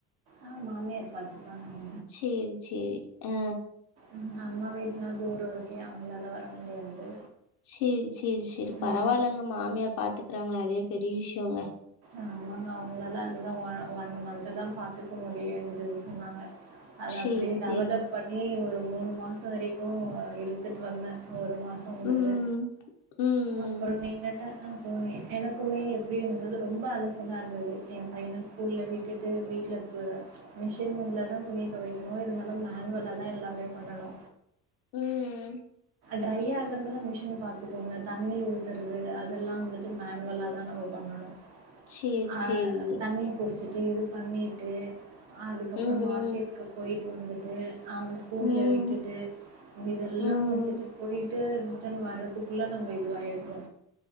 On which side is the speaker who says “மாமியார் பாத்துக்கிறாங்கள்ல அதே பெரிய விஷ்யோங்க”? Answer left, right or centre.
Left